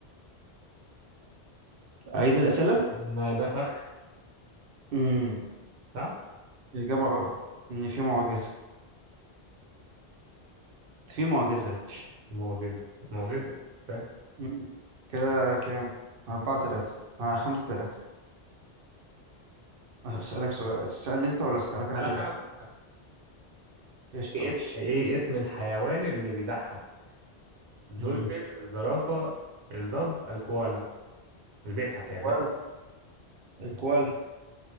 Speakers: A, on the right; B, on the right.
A: أعيد الأسئلة
B: إن ده فخ
A: امم
B: صح
A: الإجابة غلط إن في معجزة في معجزة يا باشا
B: معجزة معجزة فاهم
A: مم. كده كام؟ أربعة تلاتة آه خمسة تلاتة هسألك سؤال تسألني أنت ولا أسألك أنا
B: قالك
A: تاني؟
B: أنا بقى
A: قشطة
B: إيه اسم
A: ماشي
B: إيه اسم الحيوان اللي بيضحك الدولفين
A: مم.
B: الزرافة الضب الكوالا اللي بيضحك يعني
A: كوال
B: بيضحك
A: الكوالا